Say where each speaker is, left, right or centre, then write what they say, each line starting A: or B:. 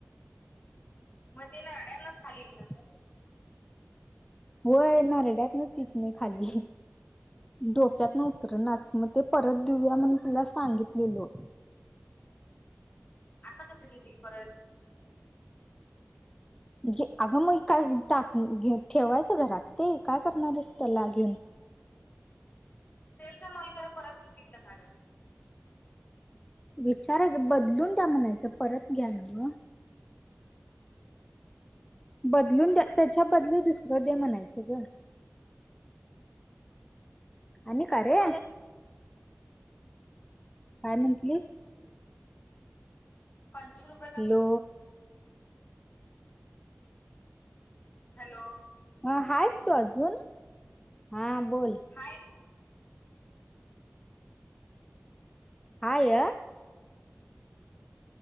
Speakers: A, on the left; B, on the left.
A: मग ते न अड्या्यांनाच खालीेत.
B: <inaudible> होय नारड्यात नस यित नाही. खाली डोक्यात नव्हत. नाच मग ते परत देऊया म्हण. तुला सांगितलेलो.
A: आता कस. घेतील परत <inaudible>
B: <inaudible> जे अगं मग काय टाक ठेवायचं. घरात ते काय करणारस त्याला घेऊन.
A: सेलचा माल खरं परत घेतील. त्या सागं
B: विचारायचं बदलून द्या म्हणायचं. परत घ्या. न ग बदलून द त्याच्या बदल दुसरं. दे म्हणायचं. ग आणि का रे काय म्हंटलीस.
A: पाच रुपये.
B: हॅ लो
A: हॅलो
B: ह. हा. तू. अजून हा बोल
A: हाय
B: हय